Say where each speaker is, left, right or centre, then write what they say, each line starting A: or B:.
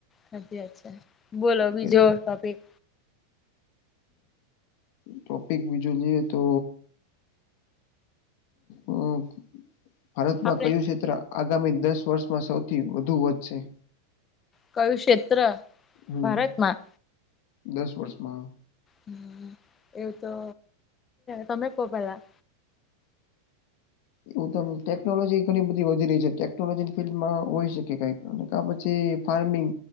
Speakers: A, on the left (about 25°); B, on the left (about 60°).
A: હચી વાત છે. બોલો બીજો
B: જે
A: ટોપિક.
B: ટોપિક બીજું જોઈએ તો હમ્મ ભારતમાં
A: આપડે
B: કયું ક્ષેત્ર આગામી દસ વર્ષમાં સૌથી વધુ વધશે.
A: કયું ક્ષેત્ર
B: હમ
A: ભારતમાં
B: દસ વર્ષમાં.
A: હમ્મ એવું તો તમે કો પેલા.
B: એવું તમ ટેકનોલોજી ઘણી બધી વધી રહી છે. ટેકનોલોજી ફિલ્ડમાં હોય શકે કઈ અને કા પછી ફાર્મિંગ